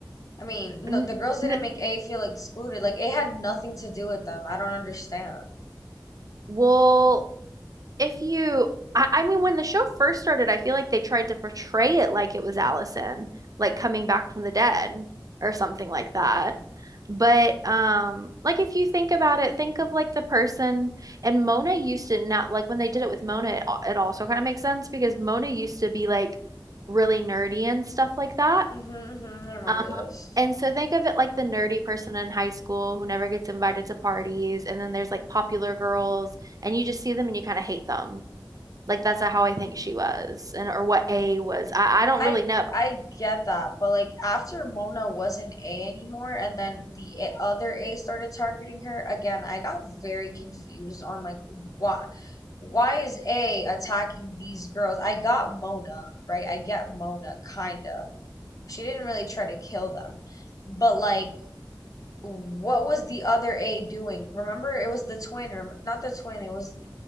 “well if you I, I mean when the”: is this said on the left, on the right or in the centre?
Right